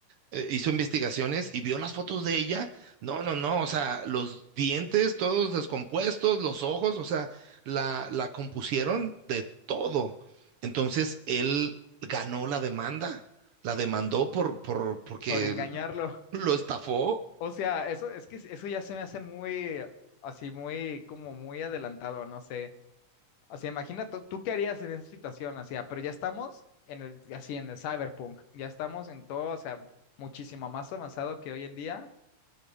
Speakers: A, on the right (about 70°); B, on the left (about 80°).
A: eh, hizo investigaciones y vio las fotos de ella. No, no, no, o sea, los dientes todos descompuestos, los ojos, o sea, la, la compusieron de todo. Entonces, él ganó la demanda, la demandó por, por, porque
B: Por engañarlo.
A: lo estafó.
B: O sea, eso es que eso ya se me hace muy, así, muy, como muy adelantado, no sé. O sea, imagina tú, tú qué harías en esa situación, así, ah, pero ya estamos en el, así, en el cyberpunk, ya estamos en todo, o sea, muchísimo más avanzado que hoy en día,